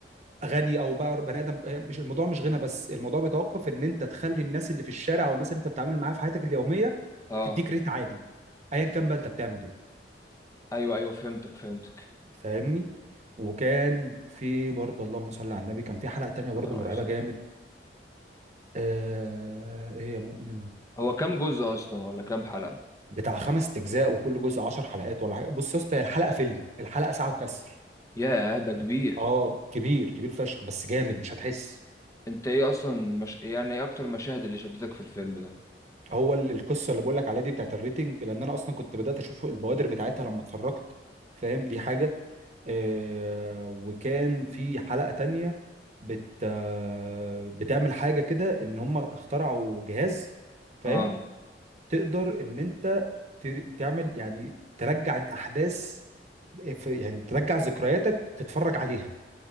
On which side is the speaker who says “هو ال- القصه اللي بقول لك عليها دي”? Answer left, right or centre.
Right